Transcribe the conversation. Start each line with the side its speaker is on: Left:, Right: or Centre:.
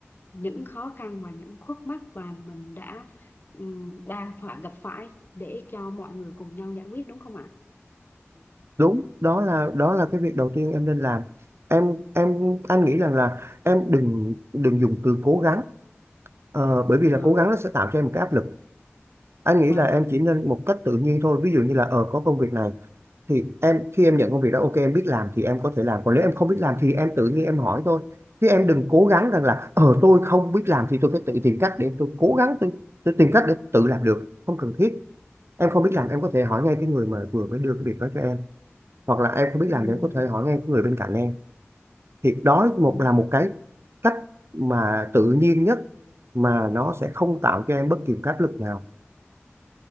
Left: những khó khăn và những khúc mắc mà mình đã ừm, đang phải gặp phải để cho mọi người cùng nhau giải quyết đúng không ạ?
Right: đúng đó là đó là cái việc đầu tiên em nên làm em em anh nghĩ rằng là em đừng đừng dùng từ cố gắng Ờ, bởi vì
Left: Ờ,
Right: là cố gắng nó sẽ tạo cho em một cái áp lực anh
Left: vâng.
Right: nghĩ là em chỉ nên một cách tự nhiên thôi ví dụ như là ờ có công việc này thì em khi em nhận công việc đó ok em biết làm thì em có thể làm còn nếu em không biết làm thì em tự nhiên em hỏi thôi chứ em đừng cố gắng rằng là ờ tôi không biết làm thì tôi phải tự tìm cách để tôi cố gắng tôi, tôi tìm cách để tự làm được không cần thiết em không biết làm em có thể hỏi ngay cái người mà vừa mới đưa cái việc đó cho em hoặc là em không biết
Left: Ừm,
Right: làm thì em có thể hỏi ngay cái người bên cạnh em thì đó
Left: ừm,
Right: một là một cái cách mà tự nhiên nhất mà nó sẽ không tạo cho em bất kỳ áp lực nào